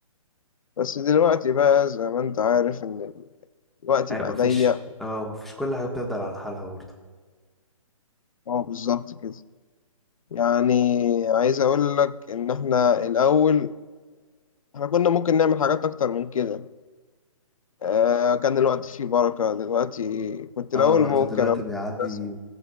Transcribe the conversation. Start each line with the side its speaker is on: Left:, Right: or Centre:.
Left: بس دلوقتي بقى زي ما أنت عارف إن الوقت
Centre: ايوه
Left: بقى
Centre: مفيش
Left: ضيق
Centre: اه مفيش كل حاجه بتفضل على حالها برضه
Left: أه بالظبط كده يعني عايز أقول لك إن إحنا الأول إحنا كنا ممكن نعمل حاجات أكتر من كده آه كان الوقت فيه بركة دلوقتي كنت الأول
Centre: اه الوقت
Left: ممكن
Centre: دلوقتي
Left: أروح
Centre: بيعدي
Left: أرسم